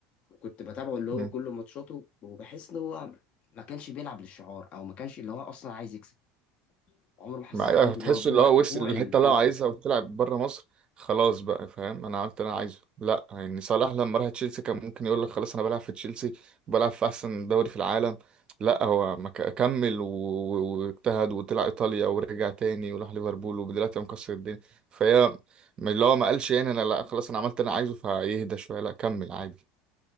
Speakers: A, on the left; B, on the right.
A: وكنت بتابعه اللي هو
B: امم
A: كل ماتشاته وبحس ان هو ما كانش بيلعب للشعار او ما كانش اللي هو اصلا عايز يكسب عمره ما حسيت
B: ما أيوة،
A: عنده
B: هتحس
A: اللي هو جوع
B: اللي هو
A: جوع
B: وصل الحته
A: الفوز
B: اللي هو عايزها
A: ده
B: وتلعب بره مصر خلاص بقى فاهم انا عملت اللي انا عايزه لا يعني صلاح لما راح تشيلسي كان ممكن يقول لك خلاص انا بلعب في تشيلسي بلعب في احسن دوري في العالم لا هو ما ك- كمل و- و- واجتهد وطلع ايطاليا ورجع تاني وراح ليفربول ودلوقتي هو مكسر الدنيا فهي ما- اللي هو ما قالش يعني انا لا خلاص انا عملت اللي انا عايزه فيهدى شويه لا كمل عادي